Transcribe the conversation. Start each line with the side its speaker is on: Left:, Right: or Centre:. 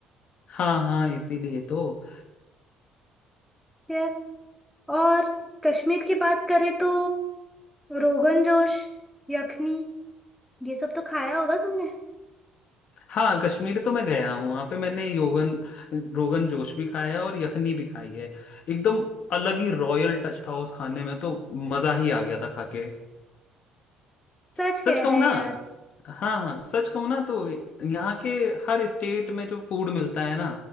Left: हाँ हाँ इसीलिए तो
Centre: यार और कश्मीर की बात करें तो रोगन जोश यखनी ये सब तो खाया होगा तुमने
Left: हाँ कश्मीर तो मैं गया हूँ वहां पे मैंने योगन रोगन जोश भी खाया है और यखनी भी खाई है एकदम अलग ही रॉयल टच था उस खाने में तो मजा ही आ गया था खा के
Centre: सच
Left: सच
Centre: कह
Left: कहूँ
Centre: रहा है
Left: ना
Centre: यार
Left: हाँ हाँ सच कहूँ ना तो यहाँ के हर स्टेट में जो फूड मिलता है ना